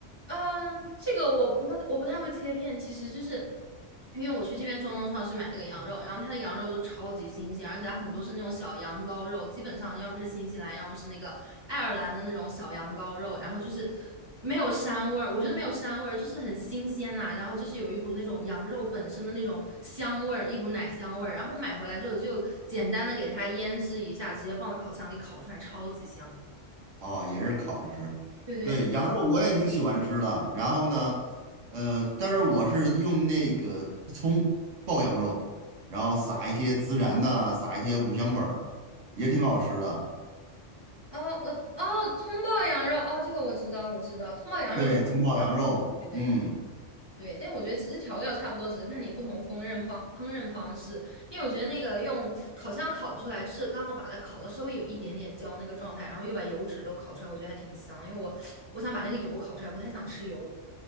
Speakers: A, on the right (about 20°); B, on the right (about 80°).
A: 嗯，这个我不会，我不太会切片，其实就是因为我去这边中东超市买那个羊肉，然后它的羊肉都超级新鲜，而且它很多是那种小羊羔肉，基本上要么是新西兰，要么是那个爱尔兰的那种小羊羔肉，然后就是没有膻味儿，我觉得没有膻味儿，就是很新鲜呐、然后就是有一股那种羊肉本身的那种香味儿，一股奶香味儿，然后买回来之后就简单的给它腌制一下，直接放到烤箱里烤出来，超级香。
B: 哦，也是烤着吃。
A: 对对对
B: 对，羊肉我也挺喜欢吃的。然后呢，呃，但是我是用那个葱爆羊肉，然后撒一些孜然呐、撒一些五香粉儿，也挺好吃的。
A: 哦呃哦，葱爆羊肉哦，这个我知道，我知道，葱爆羊肉，
B: 对，葱爆羊肉，
A: 对对
B: 嗯。
A: 对，但我觉得其实调料差不多，只是看你不同烹饪方烹饪方式。因为我觉得那个用烤箱烤出来，是刚好把它烤的稍微有一点点焦那个状态，然后又把油脂都烤出来，我觉得还挺香。因为我我想把那个油烤出来，不太想吃油。